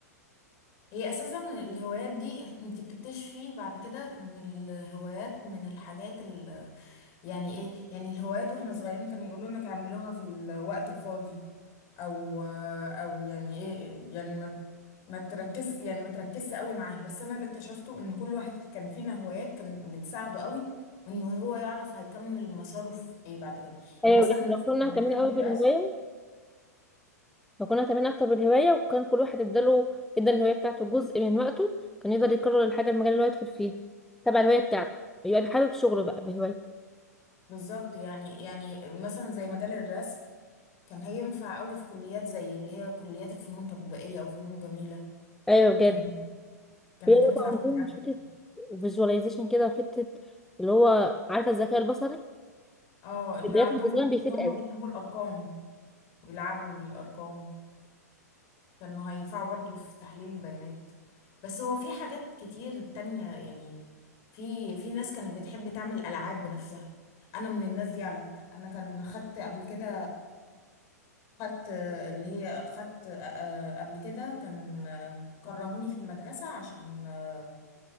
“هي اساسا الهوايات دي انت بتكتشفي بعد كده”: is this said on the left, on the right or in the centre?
Left